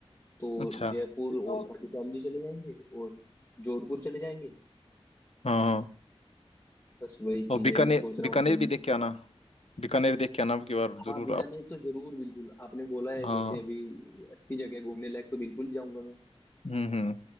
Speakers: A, on the left; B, on the left.
A: तो
B: अच्छा
A: जयपुर और
B: हाँ
A: खाटू श्याम जी चले जाएंगे और जोधपुर चले जाएंगे
B: हाँ
A: बस वही
B: और
A: चीज
B: बीकानेर
A: है मैं सोच
B: बीकानेर
A: रहा हूँ घूम
B: भी
A: लूँ
B: देख के आना बीकानेर देख के आना अब की बार जरूर
A: हाँ बीकानेर
B: आप
A: तो जरूर बिल्कुल आपने बोला है
B: हाँ
A: जैसे अभी अच्छी जगह है घूमने लायक तो बिल्कुल जाऊंगा मैं
B: हम्म हम्म